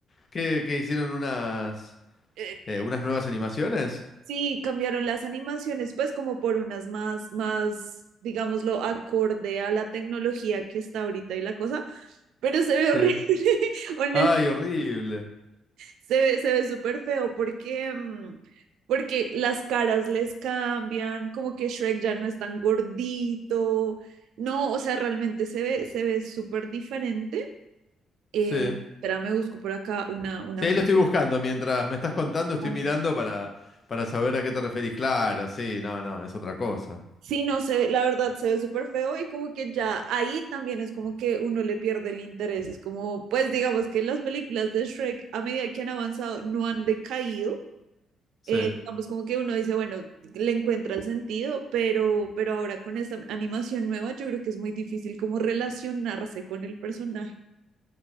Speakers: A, on the left; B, on the right.
A: ¿Qué, qué hicieron unas,
B: Eh,
A: eh, unas nuevas animaciones?
B: Sí, cambiaron las animaciones, pues como por unas más, más, digámoslo, acorde a la tecnología que está ahorita y la cosa, pero se ve
A: Sí.
B: horrible, <laughs> honest,
A: Ay, horrible.
B: se ve, se ve súper feo porque, mm, porque las caras les cambian, como que Shrek ya no es tan gordito, no, o sea, realmente se ve, se ve súper diferente. Eh,
A: Sí.
B: espera, me busco por acá una, una...
A: Sí, ahí lo estoy buscando. Mientras me estás contando, estoy
B: foto.
A: mirando para, para saber a qué te referís. Claro, sí, no, no, es otra cosa.
B: Sí, no se ve, la verdad se ve súper feo y como que ya ahí también es como que uno le pierde el interés. Es como, pues digamos que las películas de Shrek a medida que han avanzado no han decaído.
A: Sí.
B: Eh, digamos como que uno dice, bueno, le encuentra el sentido, pero, pero ahora con esta animación nueva yo creo que es muy difícil como relacionarse con el personaje.